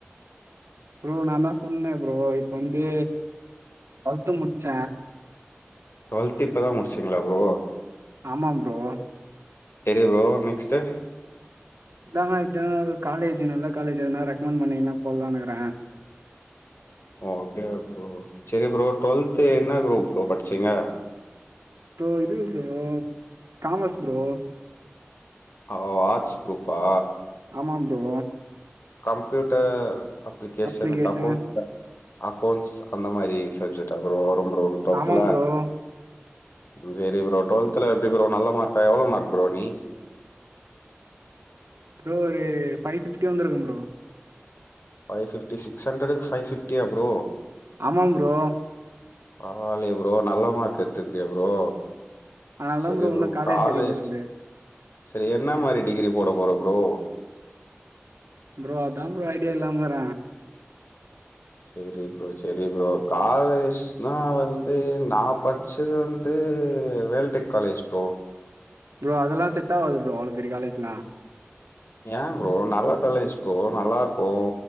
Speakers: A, on the right (about 85°); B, on the left (about 65°).
A: ப்ரோ நாந்தா சொன்னனே ப்ரோ இப்ப வந்து ட்வெல்த்து முடிச்ச
B: டுவெல்த்து இப்பதா முடிச்சிங்ளா ப்ரோ
A: ஆமாம் ப்ரோ
B: செரி ப்ரோ நெக்ஸ்ட்டு
A: அதான்னா எதா காலேஜு நல்ல காலேஜு எதுனா ரெக்கமெண்ட் பண்ணிங்கன்னா போலானிக்ற
B: ஓ அப்டியா ப்ரோ செரி ப்ரோ டுவெல்த்து என்ன குரூப் ப்ரோ படிச்சிங்க
A: ப்ரோ இது ப்ரோ காமஸ் ப்ரோ
B: ஓ ஆட்ஸ் குரூப்பா
A: ஆமா ப்ரோ
B: கம்ப்யூட்டர் அப்ளிகேஷன
A: அப்ளிகேஷன்.
B: தப்போஸ்ப அக்கௌன்ட்ஸ் அந்த மாரி சப்ஜெக்ட்டா ப்ரோ வரும் ப்ரோ டுவெல்த்ல
A: ஆமாம் ப்ரோ.
B: செரி ப்ரோ டுவல்த்ல எப்டி ப்ரோ நல்ல மார்க்கா எவ்ளோ மார்க் ப்ரோ நீ
A: ப்ரோ ஒரு ஃபைவ் ஃபிஃப்டி வந்துருக்கும் ப்ரோ
B: ஃபைவ் ஃபிஃப்டி சிக்ஸ் ஹண்ட்ரடுக்கு ஃபைவ் ஃபிஃப்டியா ப்ரோ
A: ஆமா ப்ரோ
B: பரவால்லயே ப்ரோ நல்ல மார்க் எத்துக்கிறியே ப்ரோ
A: அதனால
B: செரி
A: தான்
B: ப்ரோ
A: இன்னும்
B: காலேஜ்
A: கிடைக்க மாட்டேன்து.
B: செரி என்ன மாரி டிகிரி போட போற ப்ரோ
A: ப்ரோ அதா ப்ரோ ஐடியா இல்லாம இக்கற
B: சேரி ப்ரோ சேரி ப்ரோ காலேஜ்னா வந்து நா படி ச்சது வந்து வேல்டெக் காலேஜ் ப்ரோ
A: ப்ரோ அதெல்லா செட் ஆவாது ப்ரோ அவ்ளோ பெரிய காலேஜ்லா
B: ஏ ப்ரோ நல்ல காலேஜ் ப்ரோ நல்லாருக்கு